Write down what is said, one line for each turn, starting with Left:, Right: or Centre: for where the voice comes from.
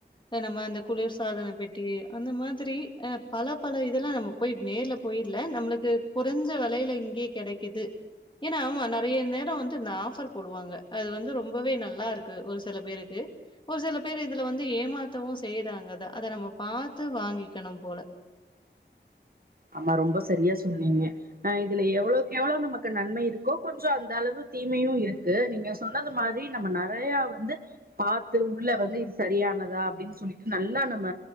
Left: நம்ம அந் இந்த குளிர் சாதன பெட்டி அந்த மாதிரி அ பல பல இதெல்லா நம்ம போய் நேர்ல போயில நம்மளுக்கு கொறஞ்ச வெலையில இங்கயே கெடைக்குது ஏன்னா ஆமா நறைய நேரோ வந்து இந்த ஆஃப்ர் போடுவாங்க அது வந்து ரொம்பவே நல்லா இருக்கு ஒரு சில பேருக்கு ஒரு சில பேர் இதுல வந்து ஏமாத்தவுஸ் செய்றாங்க அத அத நம்ம பாத்து வாங்கிக்கணும் போல
Right: ஆமா ரொம்ப செரியா சொன்னீங்க அ இதுல எவ்வளோக்கு எவ்வளோ நமக்கு நன்மை இருக்கோ கொஞ்சோ அந்த அளவு தீமையு இருக்கு நீங்க சொன்னது மாரி நம்ம நறையா வந்து பாத்து உள்ள வந்து இது சரியானதா அப்டின் சொல்லிட்டு நல்லா நம்ம